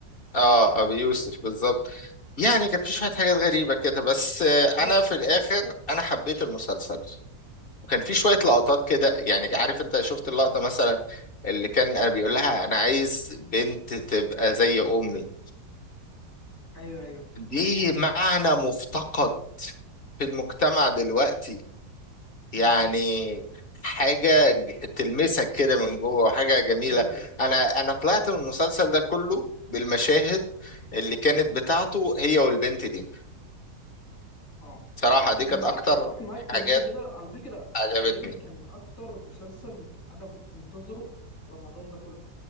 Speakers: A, on the left; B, on the left.
A: اه ابي يوسف بالظبط يعني كان في شوية حاجات غريبة كده بس آه،
B: بالظبط
A: انا في الاخر انا حبيت المسلسل وكان في شوية
B: ايوه
A: لقطات كده يعني عارف انت شفت اللقطة مثلا اللي كان انا بيقول لها انا عايز بنت تبقى زي امي
B: ايوه ايوه
A: دي معنى مفتقد في المجتمع دلوقتي يعني
B: معاك
A: حاجة ج- تلمسك كده من جوه وحاجة جميلة
B: ايوه ايوه
A: أنا أنا طلعت من المسلسل ده كله بالمشاهد اللي كانت بتاعته هي والبنت دي
B: اه
A: صراحة دي كانت
B: انا معاك
A: أكتر
B: اتفق معاك
A: حاجات
B: جدا كده على فكره
A: عجبتني
B: غاوي كان اكتر مسلسل انا كنت منتظره في رمضان ده كله